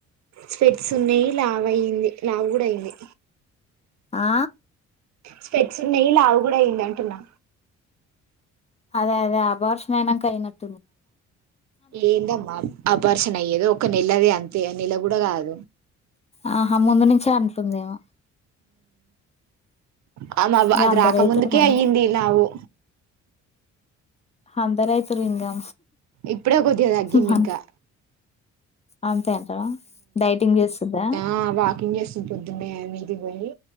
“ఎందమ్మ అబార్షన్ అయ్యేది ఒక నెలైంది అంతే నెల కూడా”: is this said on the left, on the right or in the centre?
Right